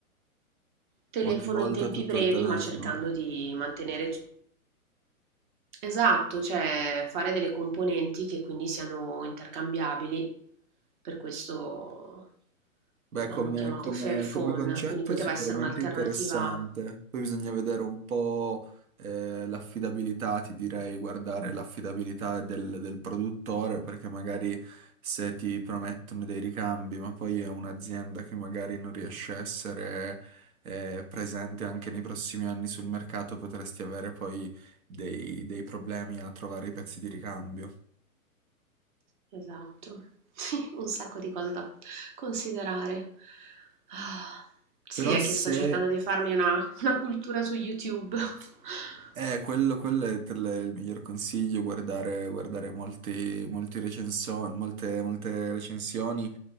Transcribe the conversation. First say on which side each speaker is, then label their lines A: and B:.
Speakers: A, on the right; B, on the right.
A: telefono
B: Ogni volta
A: in tempi
B: tutto
A: brevi,
B: al telefono.
A: ma cercando di mantenere t Esatto, cioè fare delle componenti che quindi siano intercambiabili, per questo
B: Beh,
A: l'hanno
B: come,
A: chiamato
B: come-
A: Fairphone,
B: come concetto
A: quindi poteva
B: è sicuramente
A: essere un'alternativa.
B: interessante. Poi bisogna vedere un po' eh, l'affidabilità, ti direi, guardare l'affidabilità del, del produttore, perché magari se ti promettono dei ricambi, ma poi è un'azienda che magari non riesce a essere eh, presente anche nei prossimi anni sul mercato, potresti avere poi dei dei problemi a trovare i pezzi di ricambio.
A: Esatto, <laughs> sì, un sacco di cose da considerare. Ah, sì,
B: Però
A: è
B: se
A: che sto cercando di farmi una, una cultura su YouTube. <laughs>
B: Eh, quello, quello è per le- il miglior consiglio, guardare, guardare molti, molti recenso- molte, molte recensioni,